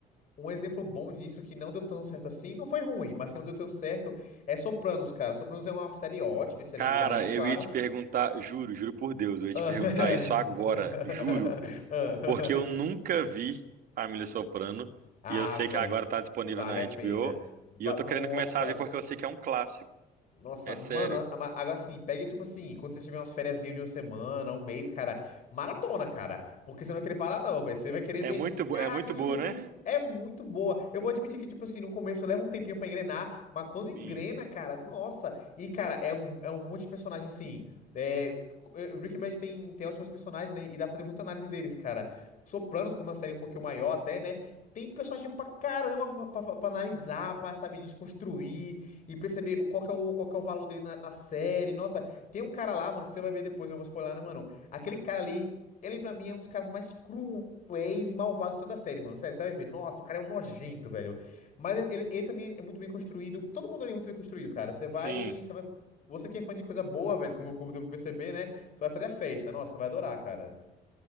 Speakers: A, on the left; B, on the right.
A: um exemplo bom disso que não deu tão certo assim, não foi ruim, mas que não deu tão certo, é Sopranos, cara. Sopranos é uma série ótima, excelente
B: Cara,
A: também,
B: eu
A: claro.
B: ia te perguntar, juro, juro por Deus, eu ia
A: Ah,
B: te perguntar
A: <laughs>
B: isso agora, juro. porque eu nunca vi Família Soprano
A: Ah,
B: e eu sei
A: velho,
B: que agora tá disponível
A: vale
B: na HBO
A: a pena. Va-
B: e eu tô
A: Nossa.
B: querendo começar a ver porque eu sei que é um clássico.
A: Nossa,
B: É
A: mano,
B: sério.
A: a- a- agora sim, pega tipo assim, quando você tiver umas férias de uma semana, um mês, cara, maratona, cara. Porque você não vai querer parar, não, velho. Você vai querer
B: É
A: ver.
B: muito, bo-
A: Caraca,
B: é muito
A: e
B: boa,
A: o, e
B: né?
A: o- é muito boa. Eu vou admitir que, tipo assim, no começo leva um tempinho pra engrenar, mas quando engrena,
B: Sim,
A: cara, nossa. E, cara, é um, é um monte de personagem assim. É, s- eh, Breaking Bad tem, tem ótimos personagens, né? E dá pra fazer muita análise deles, cara. Sopranos, como é uma série um pouquinho maior até, né? Tem personagem pra caramba pra, pra, pra analisar, pra, sabe, desconstruir. E perceber o- qual que é o, qual que é o valor dele na, na série. Nossa, tem um cara lá, mano, que você vai ver depois, eu não vou spoiler, né, mano? Aquele cara ali, ele pra mim é um dos caras mais cruéis e malvados de toda a série, mano. Sério, você vai ver. Nossa, o cara é um nojento, velho. Mas ele, ele também é muito bem construído. Todo mundo ali é muito bem construído, cara. Você vai,
B: sim.
A: você vai. Você que é fã de coisa boa, velho, como, como deu pra perceber, né? Tu vai fazer a festa. Nossa, vai adorar, cara.